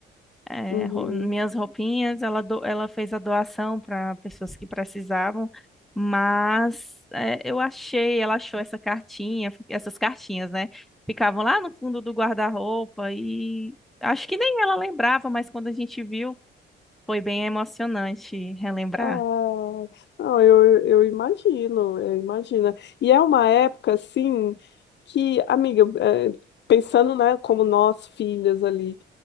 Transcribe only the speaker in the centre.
é,
ro- minhas roupinhas, ela, do- ela fez a doação para pessoas que precisavam, mas é, eu achei, ela achou essa cartinha, fi- essas cartinhas, né? Ficavam lá no fundo do guarda-roupa e acho que nem ela lembrava, mas quando a gente viu, foi bem emocionante relembrar.